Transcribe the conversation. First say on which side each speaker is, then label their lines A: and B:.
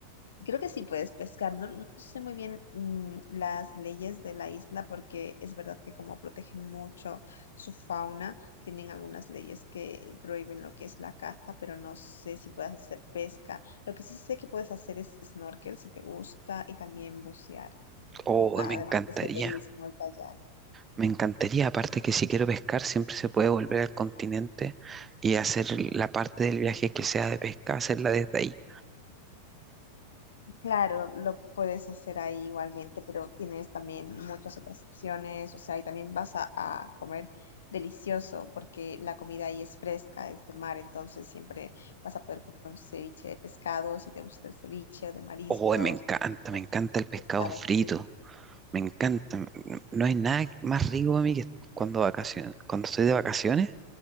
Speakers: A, on the left; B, on the right.
A: Creo que sí puedes pescar. No, no sé muy bien mm, las leyes de la isla porque es verdad que como protegen mucho su fauna, tienen algunas leyes que prohíben lo que es la caza, pero no sé si puedes hacer pesca. Lo que sí sé que puedes hacer es snorkel si te gusta y también bucear,
B: Oh,
A: además
B: me encantaría,
A: de senderismo y kayak.
B: me encantaría. Aparte que si quiero pescar, siempre se puede volver al continente y hacer la parte del viaje que sea de pesca, hacerla desde ahí.
A: Claro, lo puedes hacer ahí igualmente, pero tienes también muchas otras opciones, o sea, y también vas a, a comer delicioso, porque la comida ahí es fresca, es de mar, entonces siempre vas a poder comer un ceviche de pescado, si te gusta el ceviche, o de mariscos,
B: Oh, me encanta, me
A: o
B: encanta el pescado
A: pescado
B: frito,
A: frito.
B: me encanta. m- No hay nada más rico a mí que cuando vacacion- cuando estoy de vacaciones,